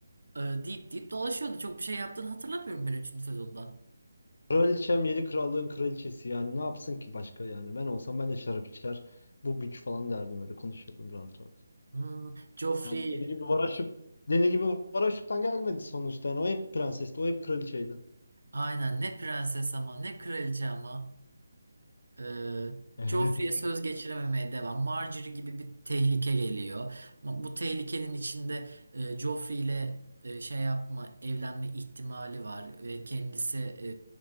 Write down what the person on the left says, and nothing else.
Kraliçem yedi krallığın kraliçesi yani ne yapsın ki başka yani. Ben olsam ben de şarap içer bu güç falan derdim öyle konuşurdum rahat rahat.
Yani deli gibi Varaşık deli gibi Varaşık'tan gelmedi sonuçta. Yani o hep prensesti, o hep kraliçeydi.
<laughs>